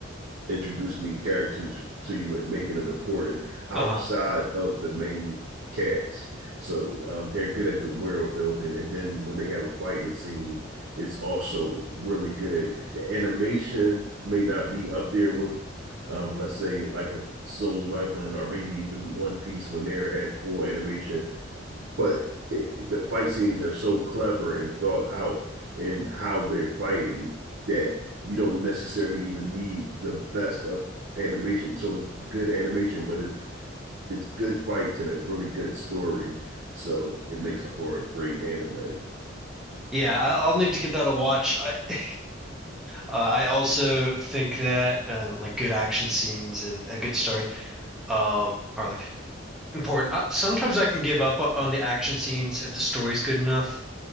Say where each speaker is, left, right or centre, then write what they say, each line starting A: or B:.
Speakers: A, on the right; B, in the centre.
A: introducing these characters to you and making them important outside
B: uh-huh.
A: of the main cast. So um, they're good at the world building, and then when they have a fighting scene, it's also really good. The animation may not be up there with, um, let's say, like a Soul Leveling or maybe even One Piece when they're at full animation, but it, the fight scenes are so clever and thought out in how they're fighting that you don't necessarily even need the best of animation. So it's good animation, but it's it's good fights and a really good story. So it makes up for a great anime.
B: Yeah, I, I'll need to give that a watch. I <laughs> uh, I also think that um, like good action scenes and a good story. um, are like important. Uh, sometimes I can give up o- on the action scenes if the story's good enough.